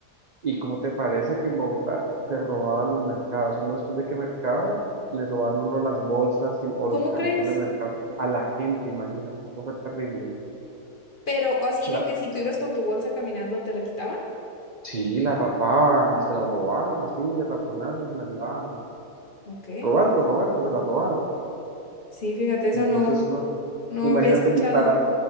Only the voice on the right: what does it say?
¿Y cómo te parece que en Bogotá se robaban los mercados? Uno después de que mercaba, le robaban uno las bolsas y- o
los carritos
de mercado a la gente, imagínate, eso fue terrible.
La,
sí, la rapaban, se la robaban, así, de raponazos se la llevaban.
robando, robando, se la robaban.
Entonces,
uno,
imagínate
ni para,